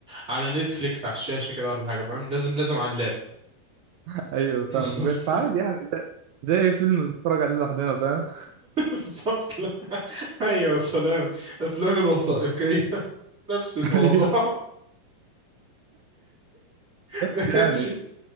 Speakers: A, on the right; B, on the right.
A: على نتفليكس على الشاشه كده ولا حاجه فاهم لازم لازم على اللاب
B: <laughs> ايوه فاهمك
A: <laughs>
B: بس عادي يعني زي زي أي فيلم بتتفرج عليه لوحدنا فاهم
A: بالظبط لا ايوه سلام الافلام الوثائقيه
B: <laughs>
A: <laughs> نفس الموضوع
B: ايوه
A: <laughs>
B: بس يعني
A: ماشي